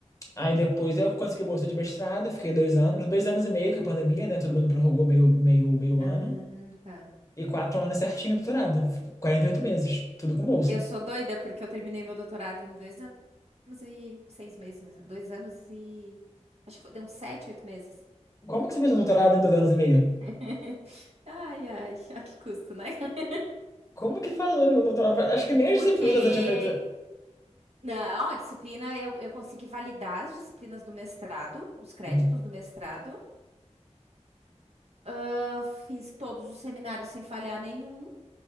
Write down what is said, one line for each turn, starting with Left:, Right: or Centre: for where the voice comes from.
Left: Aí depois eu consegui bolsa de mestrado, fiquei dois anos, dois anos e meio com a pandemia, né? Todo mundo prorrogou meio, meio, meio
Right: Ah,
Left: ano.
Right: tá.
Left: E quatro anos certinho doutorado, 48 meses, tudo com bolsa.
Right: Eu sou doida porque eu terminei meu doutorado em dois anos. anos e seis meses, mais ou- dois anos e. Acho que foi- deu uns sete, oito meses.
Left: Como que você fez um doutorado em dois anos e meio?
Right: <laughs> Ai, ai, a que custo, né? <laughs>
Left: Como que faz um doutorado? Acho que nem as
Right: Porque.
Left: disciplinas eu tinha feito.
Right: Não, a disciplina, eu, eu consegui validar as disciplinas do mestrado, os créditos
Left: Hum,
Right: do mestrado. Ah, fiz todos os seminários sem falhar nenhum